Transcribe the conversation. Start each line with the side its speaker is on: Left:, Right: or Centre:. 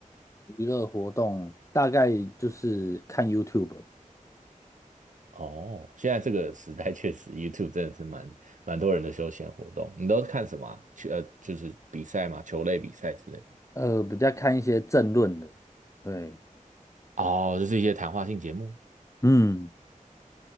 Left: 娱乐活动大概就是看 YouTube 吧
Right: 哦，现在这个时代确实，YouTube 真的是蛮蛮多人的休闲活动。你都是看什么啊球呃，就是比赛嘛，球类比赛之类的
Left: 呃，比较看一些政论的，对，
Right: 哦，就是一些谈话性节目。
Left: 嗯